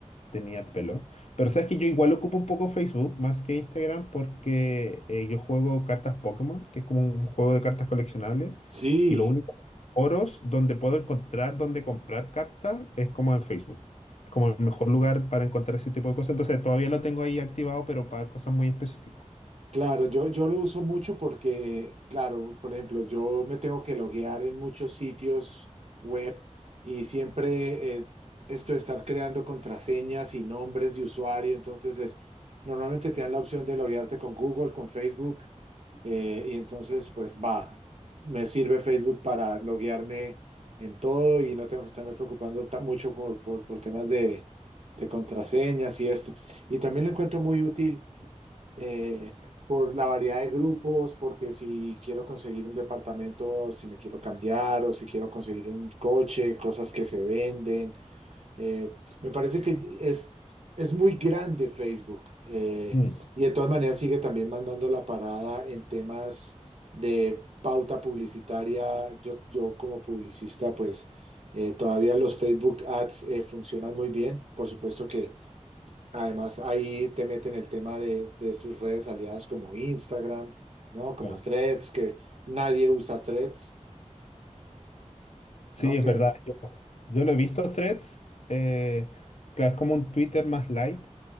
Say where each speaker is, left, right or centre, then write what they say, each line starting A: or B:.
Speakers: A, on the left; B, on the right.
A: tenía pelo. Pero sabes que yo igual ocupo un poco Facebook más que Instagram porque eh, yo juego cartas Pokémon, que es como un juego de cartas coleccionables.
B: Sí,
A: Y lo único, foros donde puedo encontrar donde comprar cartas es como en Facebook. Es como el mejor lugar para encontrar ese tipo de cosas. Entonces todavía lo tengo ahí activado, pero para cosas muy específicas.
B: Claro, yo, yo lo uso mucho porque, claro, por ejemplo, yo me tengo que loguear en muchos sitios web y siempre eh, esto de estar creando contraseñas y nombres de usuario, entonces es, normalmente te dan la opción de loguearte con Google, con Facebook, eh, y entonces pues va, me sirve Facebook para loguearme en todo y no tengo que estarme preocupando ta- mucho por, por, por temas de, de contraseñas y esto. Y también lo encuentro muy útil eh, por la variedad de grupos, porque si quiero conseguir un departamento, si me quiero cambiar o si quiero conseguir un coche, cosas que se venden. Eh, me parece que es, es muy grande Facebook eh,
A: Mm,
B: y de todas maneras sigue también mandando la parada en temas de pauta publicitaria. Yo, yo como publicista, pues... eh, todavía los Facebook Ads eh, funcionan muy bien. Por supuesto que Además, ahí te meten el tema de, de sus redes aliadas como Instagram, ¿no? Como
A: claro.
B: Threads, que nadie usa Threads,
A: Sí,
B: ¿no?
A: es
B: Que
A: verdad. Yo, yo lo he visto Threads. eh, claro, es como un Twitter más light,